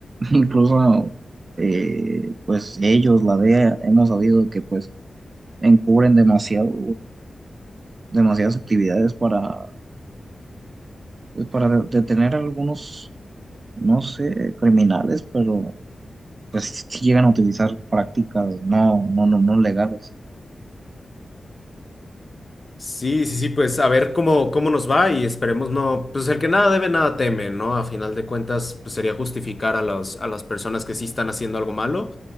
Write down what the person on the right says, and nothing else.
incluso, eh, pues ellos, la DEA, hemos sabido que pues encubren demasiado demasiadas actividades para, pues, para de- detener a algunos, no sé, criminales, pero pues sí llegan a utilizar prácticas no, no, no, no legales.